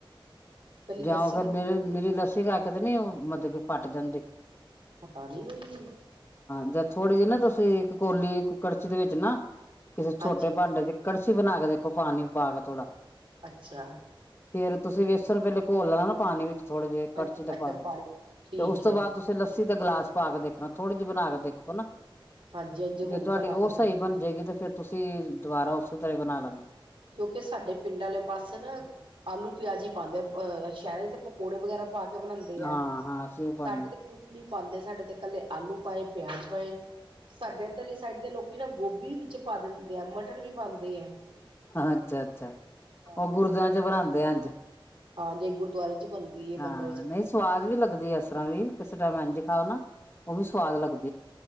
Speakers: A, on the right; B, on the left.
A: ਪਹਿਲੀ ਲੱਸੀ
B: ਜਾਂ ਫਿਰ
A: ਦੀ
B: ਮੇਰੇ ਨਈ ਲੱਸੀ ਕਰਕੇ ਤੇ ਨੀ ਉਹ ਮਤਲਬ ਕਿ ਪੱਟ ਦਿੰਦੇ
A: ਪਤਾ ਨੀ ਬਈ
B: ਜਾਂ ਥੋੜ੍ਹੀ ਜਿਹੀ ਨਾ ਤੁਸੀਂ ਕੋਲੀ ਕੜਛੀ ਦੇ ਵਿੱਚ ਨਾ ਕਿਸੇ ਛੋਟੇ
A: ਹਾਂਜੀ
B: ਭਾਂਡੇ ਚ ਕੜਸੀ ਬਣਾ ਕੇ ਦੇਖੋ, ਪਾਣੀ ਪਾ ਕੇ ਥੋੜਾ
A: ਅੱਛਾ,
B: ਫੇਰ ਤੁਸੀਂ ਵੇਸਣ ਵੇਲੇ ਘੋਲਣਾ ਨਾ ਪਾਣੀ ਵਿੱਚ ਥੋੜੇ ਜਿਹੇ ਕੜਛੀ
A: ਹਾਂਜੀ
B: ਦੇ
A: ਅੱਛਾ
B: ਪਾਣੀ ਚ
A: ਠੀਕ
B: ਤੇ ਉਸ ਤੋਂ
A: ਹੈ
B: ਬਾਅਦ ਤੁਸੀਂ ਲੱਸ ਤੁਸੀਂ ਤਾਂ ਗਿਲਾਸ ਪਾ ਕੇ ਦੇਖਣਾ ਥੋੜੀ ਜਿਹੀ ਬਣਾ ਕੇ ਦੇਖੋ ਨਾ
A: ਹਾਂਜੀ ਹਾਂਜੀ ਹੁਣ
B: ਜੇ ਤੁਹਾਡੀ
A: ਬਣਾ
B: ਉਹ
A: ਕੇ ਦੇਖਾਂਗੇ
B: ਸਹੀ ਬਣ ਜਾਏਗੀ, ਤੇ ਫੇਰ ਤੁਸੀਂ ਦੁਬਾਰਾ ਉਸੇ ਤਰ੍ਹਾਂ ਬਣਾ ਲੈਣਾ
A: ਕਿਉਂਕਿ ਸਾਡੇ ਪਿੰਡ ਵਾਲੇ ਪਾਸੇ ਨਾ ਆਲੂ ਪਿਆਜ਼ ਹੀ ਪਾਉਂਦੇ ਅਹ ਸ਼ਹਿਰ ਦੇ ਪਕੌੜੇ ਵਗੈਰਾ ਪਾ ਕੇ ਬਣਾਉਂਦੇ
B: ਹਾਂ
A: ਹੈ
B: ਹਾਂ ਅਸੀਂ ਉਹ ਪਾਉਂਦੇ
A: ਸਾਡੇ ਤੇ ਕੁਛ ਨੀ ਪਾਉਂਦੇ ਸਾਡੇ ਤੇ ਇਕੱਲੇ ਆਲੂ ਪਾਏ ਪਿਆਜ ਪਾਏ ਸਾਡੇ ਇੱਧਰਲੀ ਸਾਈਡ ਦੇ ਲੋਕੀ ਨਾ ਗੋਭੀ ਵਿੱਚ ਪਾ ਦਿੰਦੇ ਆ ਮਟਰ ਵੀ ਪਾਉਂਦੇ ਆ
B: ਅੱਛਾ ਅੱਛਾ
A: ਹਾਂ
B: ਉਹ ਗੁਰਦਆਿਆਂ ਚ ਫਰਾਂਂਦੇ ਆ ਅੱਧ
A: ਹਾਂ ਜ ਗੁਰਦੁਆਰੇ ਚ ਬਣਦੀ ਹੈ
B: ਹਾਂ
A: ਮੰਦਿਰਾਂ ਚ
B: ਨਹੀਂ ਸਵਾਦ ਵੀ ਲੱਗਦੀ ਇਸ ਤਰ੍ਹਾਂ ਵੀ ਕਿਸੇ ਟਾਈਮ ਇੰਝ ਖਾਓ ਨਾ ਉਹ ਵੀ ਸੁਵਾਦ ਲੱਗਦਾ